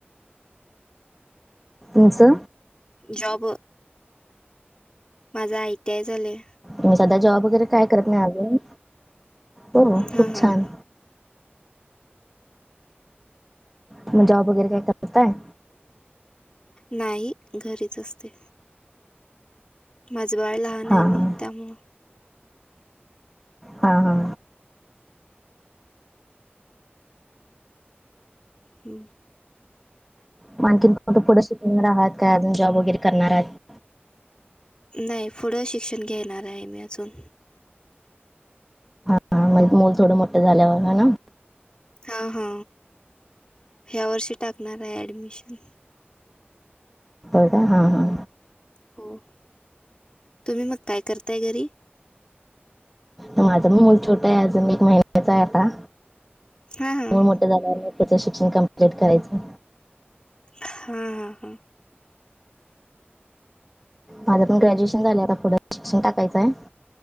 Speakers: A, in the centre; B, on the left.
A: तुमचं,
B: जॉब, माझा आईटीयाय झाले,
A: मी सध्या, जॉब वगैरे काय करत नाही अजून, हो
B: हां
A: खूप छान,
B: हां.
A: तुम्ही, जॉब वगैरे काय करताय,
B: नाही, घरीच असते, माझं बाळ लहान
A: हां
B: आहे
A: हां.
B: ना, त्यामुळं,
A: हा, हा,
B: हम,
A: म आणखीन <unintelligible> पुढं शिकवणार आहात, काय अजून जॉब वगैरे करणार आहात.
B: नाही, पुढं शिक्षण घेणार आहे मी अजून,
A: हा म्हण, मूल थोडं मोठं झाल्यावरला हा ना,
B: हा, हा, ह्या वर्षी टाकणार आहे, ऍडमिशन,
A: होय, का हा, हा,
B: हो, तुम्ही मग काय करताय घरी,
A: माझा पण मूल छोटा आहे, अजून एक महिन्याचा आहे आता,
B: हां हां.
A: मोठ झालंवर, पुढचं शिक्षण कम्प्लीट करायचं.
B: हम, हम, हम
A: माझं पण, ग्रॅजुएशन झालेय, आता पुढे शिक्षण टाकायचंय,